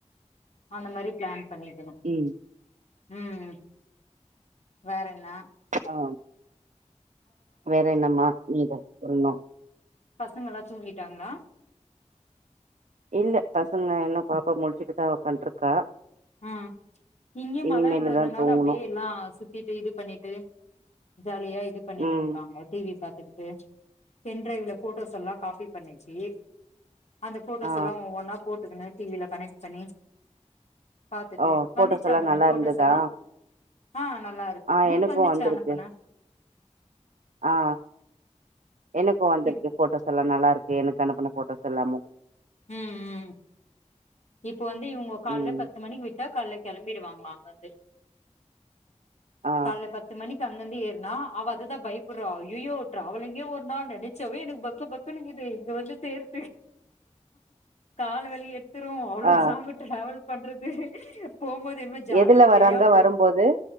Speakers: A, on the left; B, on the right.
A: அந்த மாரி பிளான் பண்ணிக்குணு
B: ம்
A: ம் வேறென்ன
B: ஆ வேற என்னம்மா நீதா சொல்லுணு
A: பசங்க எல்லா தூங்கிட்டாங்ளா
B: இல்ல பசங்க இன்னு பாப்பா முடிச்சுட்டுதா உக்காண்ட்ருக்கா
A: ம் இங்கயு
B: இனிமேலு
A: மழன்றதுனால
B: தா தூங்கணு
A: அப்டியே எல்லா சுத்திட்டு இது பண்ணிட்டு ஜாலியா இது பண்ணினு
B: ம்
A: இருக்காங்க டி வி பாாத்துக்கிட்டு பென் ட்ரைவ்ல ஃபோட்டோஸ் எல்லா காப்பி பண்ணிச்சு அந்த போட்டோஸ்
B: ஆ
A: எல்லா ஒவ்வொன்னா போட்டுக்குணு டி வில கனெக்ட் பண்ணி பாத்துட்டு
B: ஓ ஃபோட்டோஸ்
A: வந்துச்சா
B: எல்லா
A: உனக்கு
B: நல்லா
A: போட்டோஸெல்லா
B: இருந்ததா
A: ஆ நல்லா இருக்கு
B: ஆ
A: உனுக்கு
B: எனக்கு
A: வந்துச்சா
B: வந்திருக்கு
A: அனுப்புன
B: ஆ எனக்கு வந்துருக்கு
A: இப்
B: போட்டோஸ் எல்லா நல்லா இருக்கு எனக்கு அனுப்புன போட்டோஸெல்லாமு
A: ம் ம் இப்ப வந்து இவுங்க கால்ல
B: ம்
A: பத்து மணிக்கு விட்டா கால்ல கிளம்பிடுவாங்ளா அங்க இருந்து
B: ஆ
A: கால்ல பத்து மணிக்கு அங்கந்து ஏர் னா அவ அததா பயப்படுறா அய்யயோ டிராவலிங்கே ஒரு நாள் நெனைச்சாவே எனக்கு பக்கு பக்குனு இக்குது இங்க வந்து சேர் கால்ல வலிய எடுத் துரு அவ்ளோ
B: ஆ
A: சாம டிராவல் பண்றது போம்போது என்மோ ஜாலியில
B: எதுல வராங்க
A: தெரியாம போய்
B: வரும்போது